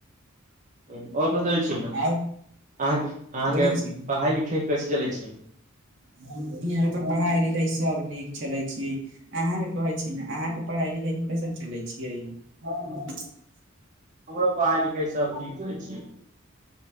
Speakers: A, on the right; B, on the right.
A: आओर बतबै छी, ने कहना
B: आर
A: अहाँकेँ
B: बोलै छै
A: पढ़ाई लिखाई कैसे चलै छै।
B: <unintelligible> पढ़ाइ लिखाइ <unintelligible> सभ नीक चले छियै, अहाँकेँ कहै छै, ने अहाँकेँ पढ़ाई लिखाई कैसन चले छियै? हँ।
A: हमरो पढाई लिखाई सभ नीक होई छै।